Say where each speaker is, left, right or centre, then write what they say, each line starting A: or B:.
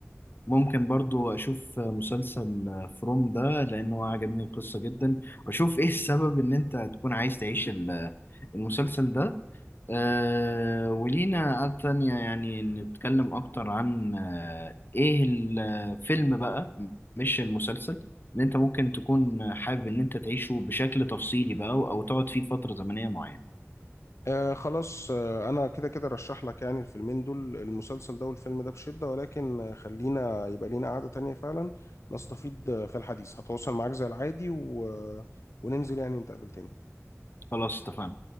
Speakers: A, on the left (about 40°); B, on the left (about 65°).
A: ممكن برضو اشوف مسلسل فروم ده لانه عجبني القصة جدا واشوف ايه السبب ان انت تكون عايز تعيش ال- المسلسل ده أه ولينا قعدة تانية يعني نتكلم اكتر عن آه، ايه الفيلم بقى مش المسلسل ان انت ممكن تكون حابب ان انت تعيشه بشكل تفصيلي بقى او أو تقعد فيه فترة زمنية معينة
B: آه خلاص آه أنا كده كده رشح لك يعني الفيلمين دول المسلسل ده والفيلم ده بشدة ولكن آه، خلينا يبقى لينا قعدة تانية فعلا نستفيد آه، في الحديث هتواصل معاك زي العادي و... وننزل يعني نتقابل تاني
A: خلاص اتفقنا